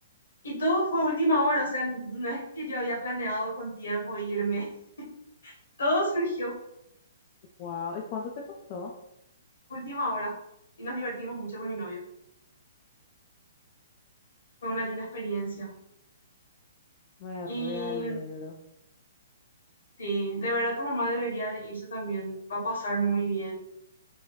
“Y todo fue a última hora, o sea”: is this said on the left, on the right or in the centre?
Left